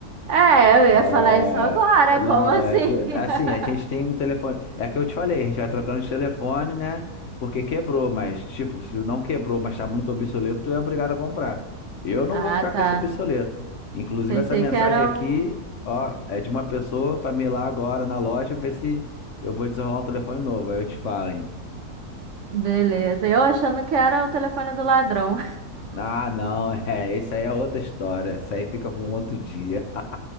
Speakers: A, on the right (about 60°); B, on the left (about 60°).
A: é, eu
B: É,
A: ia falar isso agora,
B: não,
A: como assim?
B: é do- assim,
A: <laughs>
B: a gente tem um telefone. É que eu te falei, a gente vai trocando de telefone, né? Porque quebrou, mas, tipo, se não quebrou, mas tá muito obsoleto, tu é obrigado a comprar. Eu não
A: Ah,
B: vou ficar com
A: tá.
B: esse obsoleto. Inclusive,
A: Pensei
B: essa mensagem
A: que era
B: aqui,
A: o.
B: ó, é de uma pessoa pra me ir lá agora na loja ver se eu vou desenrolar um telefone novo. Aí eu te falo, hein?
A: Beleza, eu achando que era o telefone do ladrão.
B: Ah, não, <laughs> é, isso aí é outra história. Isso aí fica pra um outro dia. <laughs>